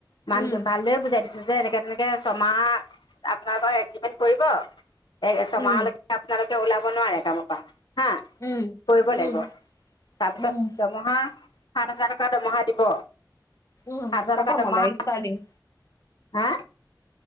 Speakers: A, on the left; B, on the left.
A: মান
B: উম,
A: ভালদৰেে বুজাই যে এনেকে তেনেকে ছমাহ আপোনালোকৰ এগ্ৰ্ৰীমেণ্ট কৰিব, এই ছমাহলৈকে
B: উম।
A: আপোনালোকে ওলাব নোৱাৰে কামৰ পৰা, হা।
B: উম।
A: কৰিব লাগিব
B: উম,
A: তাৰপিছত
B: উম,
A: দৰমহা সাত হাজাৰ টকা দৰমহা দিব।
B: উম,
A: হাজাৰ
B: প্ৰথমতে
A: টকা দৰমহা
B: ইষ্টাৰটিং।
A: হা?